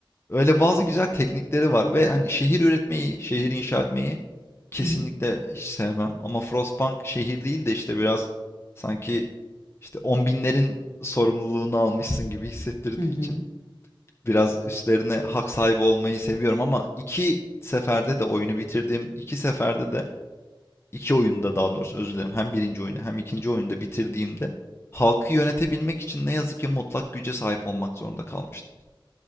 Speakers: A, on the left; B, on the left.
A: Öyle bazı güzel teknikleri var ve hani şehir üretmeyi, şehir inşa etmeyi kesinlikle
B: Hı hı.
A: hiç sevmem. Ama Frostpunk şehir değil de işte biraz sanki işte on binlerin sorumluluğunu almışsın gibi hissettirdiği
B: Hı hı.
A: için biraz üstlerine hak sahibi olmayı seviyorum ama iki seferde de oyunu bitirdiğim, iki seferde de iki oyunda daha doğrusu özür dilerim. Hem birinci oyunu hem ikinci oyunda bitirdiğimde halkı yönetebilmek için ne yazık ki mutlak güce sahip olmak zorunda kalmıştım.